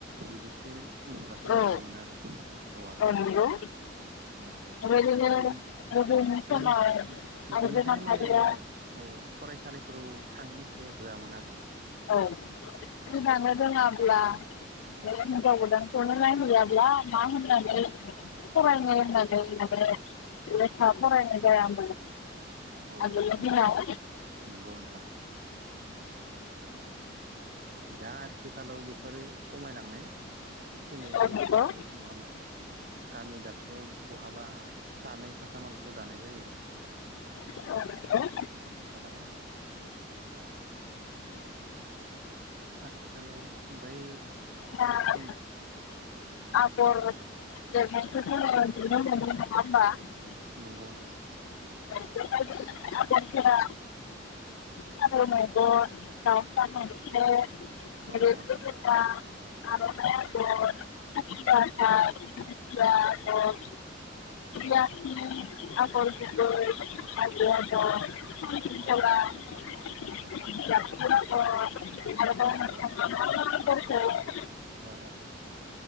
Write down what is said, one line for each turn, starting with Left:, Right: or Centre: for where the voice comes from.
Right: बिदिसो मोनबासो
Left: औ
Right: लाबोगोन आरो हौवा गोदाननो
Left: औ नंगौ
Right: नंगौ
Left: बेबायदिनो
Right: बिनि
Left: गोदोनि
Right: बिनि
Left: समाव आइजो
Right: बिनिखायनो
Left: माहारिया
Right: ए अ फरायसालिफोराव औ थांनैसो होआमोन आरोन
Left: औ जोंहानो रोङाब्ला।
Right: औ
Left: बेलेग हिनजाव गोदानखौ। नो नायहैयाब्ला मा होननानै फरायनो होननानै माने लेखा फरायनाय जायामोन।
Right: औ
Left: आगोलनि
Right: औ नंगौ
Left: फोराव।
Right: नोंथां नंगौ नोंथां दा आथिखालाव बेफोरो खमायलांनाय। फैने
Left: औ
Right: फैयै
Left: नंगौ
Right: फैयै फैयै नङा होनबा नोंथां। गामि दाबसेयाव बहाबा सानै साथामालसो दानाय जायो।
Left: औ नंगौ
Right: आथिखालाव आथिखालाव बै।
Left: दा‌।
Right: खन
Left: <unintelligible>
Right: नंगौ नंगौ।
Left: आगरफोरा फारौमेगन दावसा मोनसे। <unintelligible>
Right: औ औ नंगौ
Left: आरन्नाय आगर, खासि हाथाय, दिंखिया आगर।
Right: औ
Left: या <unintelligible> आगर गुबै। हाजो आगर। ज
Right: औ औ
Left: <unintelligible> <inaudible> जब <unintelligible>
Right: नंगौ
Left: बस <unintelligible>
Right: औ औ